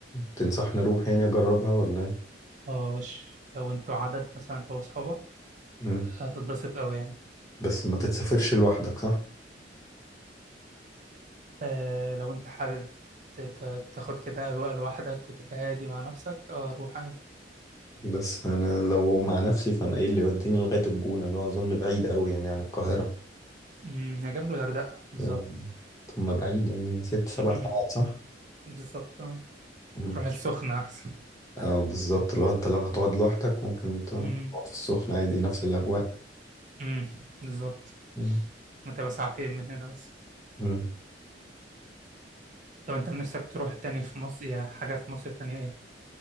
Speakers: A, on the left; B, on the right.
A: تنصحني اروح يعني اجربها ولا ايه
B: اه وش لو انتوا عدد مثلا انت واصحابك
A: مم.
B: هتتبسط أوي يعني
A: بس ما تتسافرش لوحدك صح
B: آه لو انت حابب ت- ت- تاخد كده اجواء لوحدك وتبقى هادي مع نفسك اه روح عادي
A: بس انا لو مع نفسي فانا ايه اللي يوديني لغايه الجونه اللي هو اظن بعيد قوي يعني عن القاهره
B: امم هي جنب الغردقه بالظبط
A: مم. طب ما بعيد يعني ست سبع
B: امم
A: ساعات صح
B: بالظبط اه
A: مم.
B: تروح السخنه احسن
A: اه بالظبط لو انت لو هتقعد لوحدك ممكن تقعد
B: امم
A: في السخنه عادي نفس الاجواء
B: امم بالظبط
A: مم.
B: هتبقى ساعتين من هنا بس
A: مم.
B: طب انت نفسك تروح تاني في مصر يا حاجه في مصر تانية ايه